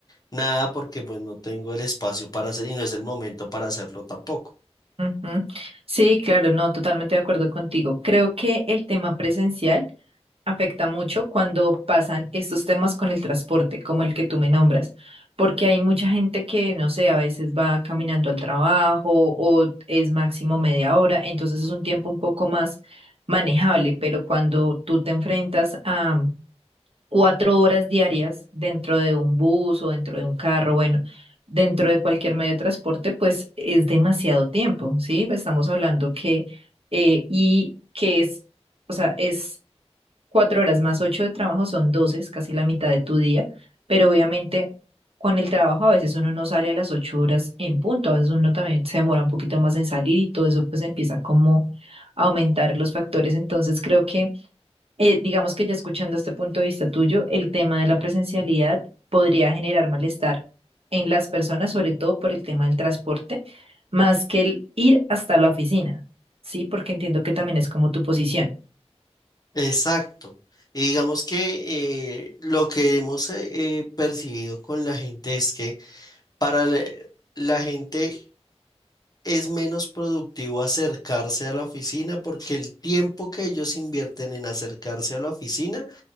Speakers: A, on the left; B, on the right.
A: nada porque pues no tengo el espacio para hacer y no es el momento para hacerlo tampoco.
B: Ujú. Sí, claro, no, totalmente de acuerdo contigo. Creo que el tema presencial afecta mucho cuando pasan estos temas con el transporte, como el que tú me nombras, porque hay mucha gente que, no sé, a veces va caminando al trabajo o es máximo media hora, entonces es un tiempo un poco más manejable, pero cuando tú te enfrentas a cuatro horas diarias dentro de un bus o dentro de un carro, bueno, dentro de cualquier medio de transporte, pues es demasiado tiempo, ¿sí? Estamos hablando que, eh, y que es... O sea, es cuatro horas más ocho de trabajo son doce, es casi la mitad de tu día, pero obviamente con el trabajo a veces uno no sale a las ocho horas en punto, a veces uno también se demora un poquito más en salir y todo eso pues empieza como a aumentar los factores. Entonces creo que, eh, digamos que ya escuchando este punto de vista tuyo, el tema de la presencialidad podría generar malestar en las personas, sobre todo por el tema del transporte, más que el ir hasta la oficina, ¿sí? Porque entiendo que también es como tu posición.
A: Exacto. Y digamos que eh, lo que hemos eh, eh, percibido con la gente es que para la, la gente es menos productivo acercarse a la oficina porque el tiempo que ellos invierten en acercarse a la oficina,